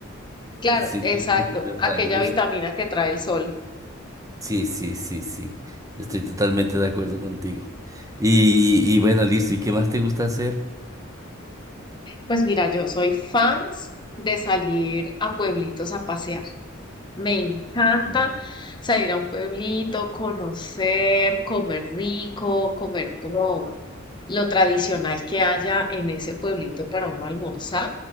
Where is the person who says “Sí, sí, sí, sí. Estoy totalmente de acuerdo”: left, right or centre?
Right